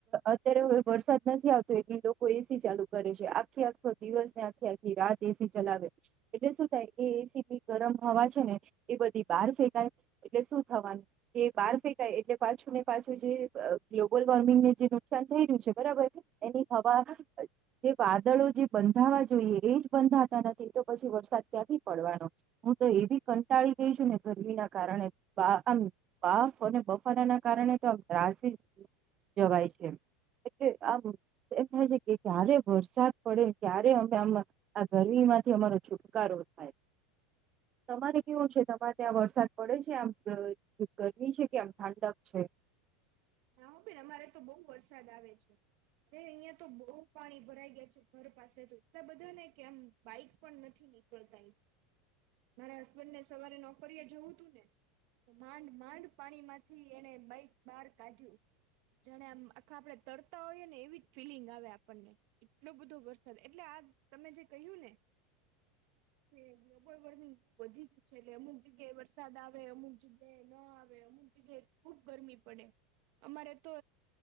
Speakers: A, on the right (about 35°); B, on the right (about 60°).
A: અત્યારે હવે વરસાદ નથી આવતો એટલે લોકો એ સી ચાલુ કરે છે આખી આખો દિવસ ને આખી ખી રાત એ સી ચલાવે. એટલે શું થાય એ એ સી પી ગરમ હવા છે ને એ બધી બહાર ફેંકાય. એટલે શું થવાનું એ બહાર ફેંકાય એટલે પાછું ને પાછું જે ગ્લોબલ વોર્મિંગને જે નુકસાન થઈ રહ્યું છે બરાબર. એની હવા જે વાદળો જે બંધાવા જોઈએ એજ બંધાતા નથી તો પછી વરસાદ ક્યાંથી પડવાનો. તો એવી કંટાળી ગઈ છે ને ગરમી ના કારણે આમ બાફ અને બફારા ના કારણે તો આમ ત્રાસી જવાય છે. એટલે આમ એમ થાય છે કે ક્યારે વરસાદ પડે ક્યારે અમે આમાં આ ગરમી માંથી અમારો છુટકારો થાય. તમારે કેવું છે તમારે ત્યાં વરસાદ પડે છે આમ ગરમી છે કે આમ ઠંડક છે?
B: ના હો બેન અમારે તો બહુ વરસાદ આવે છે. અ અહિયાં તો બહુ પાણી ભરાઈ ગયા છે ઘર પાસે તો એટલા બધા ને કેમ બાઈક પણ નથી નીકળતા.
A: <unintelligible>
B: મારા હસબન્ડ ને સવારે નોકરી એ જવું તું ને માંડ માંડ પાણીમાંથી એને બાઈક બહાર કાઢ્યું. જાણેમ આખા આપડે તરતા હોઈએ ને એવી જ ફીલિંગ આવે આપણને. એટલો બધો વરસાદ એટલે આ તમે જે કહ્યું ને
A: <unintelligible>
B: કે બળબડ બધું વધી ગયું છે એટલે અમુક જગ્યાએ વરસાદ આવે, અમુક જગ્યાએ ન આવે, અમુક જગ્યાએ ખુબ ગરમી પડે. અમારે તો